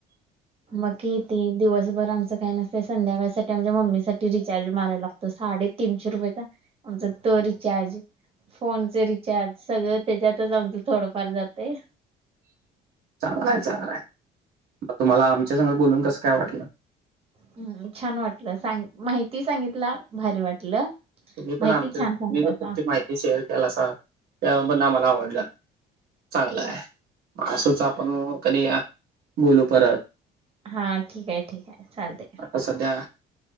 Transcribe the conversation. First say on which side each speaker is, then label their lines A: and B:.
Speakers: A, on the right; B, on the right.
A: बाकी ती दिवसभर आमचं काही नसते संध्याकाळसाठी आमच्या मम्मीसाठी रि- चार्ज मारायला लागतो, साडे तीनशे रुपयेचा. आमचा तर रिचार्ज फोनचे रिचार्ज, सगळं त्यांच्यातच आमचं थोडंफार जातय.
B: चांगला आहे, चांगला आहे. मग तुम्हाला आमच्या संग बोलून कसं काय वाटलं?
A: हम् छान वाटले सांग माहिती सांगितल मभारी वाटलं.
B: तुम्ही
A: माहिती
B: पण आमची,
A: छान सांगतासा
B: मी पण तुमची माहिती शेअर- त्याला असा, त्यामुळे पण आम्हाला आवडलं, चांगलं आहे. असंच आपण कधी बोलू परत.
A: हा ठीक आहे, ठीक आहे. चालतय.
B: सध्या,